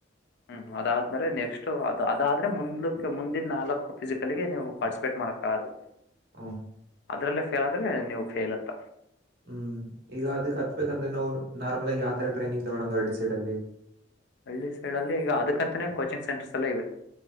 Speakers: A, on the left; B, on the right.
A: ಹ್ಮ್ ಅದಾದ್ಮೇಲೆ ನೆಕ್ಸ್ಟ್ ಅದ ಅದಾದ್ರ. ಮುಂದಲಿಕ್ಕೆ ಮುಂದಿನ ನಾಲ್ಕು ಫಿಸಸಿಕಲ್ಗೆ ನೀವು ಪಾರ್ಟಿಸಿಪೇಟ್ ಮಾಡಕ ಅದು.
B: ಹಾ.
A: ಅದ್ರಲ್ಲೇ ಫೇಲ್ ಆದ್ರೆ ನೀವು ಫೇಲ್ ಅಂತ.
B: ಹ್ಮ್ ಈಗ ಅದಕ್ ಹತ್ಬೇಕಂದ್ರೆ ನಾವು ನಾರ್ಮಲ್ ಆಗಿ ಯಾವತರ ಟ್ರೈನಿಂಗ್ ತಗೋಳದ ಹಳ್ಳಿ ಸೈಡ್ ಅಲ್ಲಿ.
A: ಹಳ್ಳಿ ಸೈಡ್ ಅಲ್ಲಿ ಈಗ ಅದಕ್ಕಂತನೇ ಕೋಚಿಂಗ್ ಸೆಂಟರ್ಸ್ ಎಲ್ಲ ಇವೆ.